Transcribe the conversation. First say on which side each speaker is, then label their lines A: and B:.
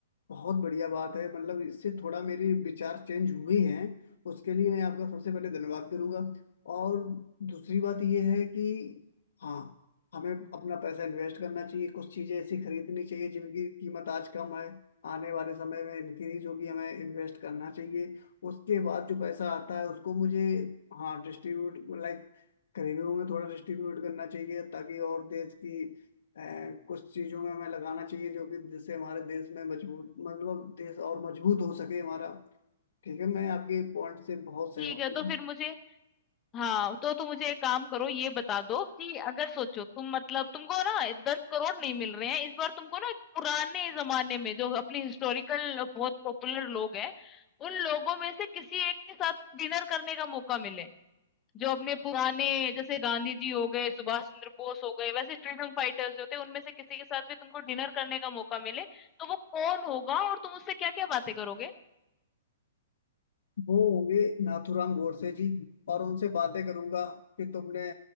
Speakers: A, on the left; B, on the left.
A: बहुत बढ़िया बात है मतलब इससे थोड़ा मेरे विचार चेंज हुए हैं उसके लिए मैं आपका सबसे पहले धन्यवाद करूंगा और दूसरी बात यह है कि हाँ हमें अपना पैसा इन्वेस्ट करना चाहिए कुछ चीज़ें ऐसी खरीदनी चाहिए जिनकी कीमत आज कम है आने वाले समय में इंक्रीज होगी हमें इन्वेस्ट करना चाहिए उसके बाद जो पैसा आता है उसको मुझे हाँ डिस्ट्रीब्यूट लाइक गरीबों में थोड़ा डिस्ट्रीब्यूट करना चाहिए ताकि और देश की अ, कुछ चीजों में हमें लगाना चाहिए जो कि जिससे हमारे देश में मजबूत मतलब देश और मजबूत हो सके हमारा ठीक है मैं आपके पॉइंट से बहुत सहमत
B: ठीक है
A: हूँ
B: तो फिर मुझे हाँ तो तुम मुझे एक काम करो ये बता दो कि अगर सोचो तुम मतलब तुमको ना दस करोड़ नहीं मिल रहे हैं इस बार तुमको ना पुराने जमाने में जो अपनी हिस्टोरिकल बहुत पॉपुलर लोग हैं उन लोगों में से किसी एक के साथ डिनर करने का मौका मिले जो अपने पुराने जैसे गांधी जी हो गए, सुभाष चंद्र बोस हो गए, वैसे फ्रीडम फाइटर्स जो थे, उनमें से किसी के साथ भी तुमको डिनर करने का मौका मिले, तो वो कौन होगा और तुम उससे क्या-क्या बातें करोगे?
A: वो होंगे नाथूराम गोडसे जी और उनसे बातें करूंगा कि तुमने